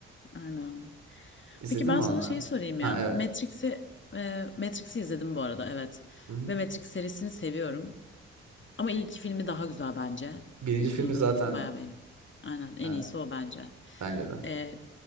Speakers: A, on the left; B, on the right.
A: Aynen.
B: İzledin
A: Peki ben
B: mi onları?
A: sana şeyi sorayım
B: Ha
A: ya.
B: evet.
A: Matrix'i e, Matrix'i izledim bu arada evet.
B: Hı hı.
A: Ve Matrix serisini seviyorum. Ama ilk filmi daha güzel bence.
B: Birinci
A: İlk
B: filmi
A: filmi
B: zaten
A: bayağı beğeniyorum. Aynen en
B: evet,
A: iyisi o bence.
B: bence de.
A: E,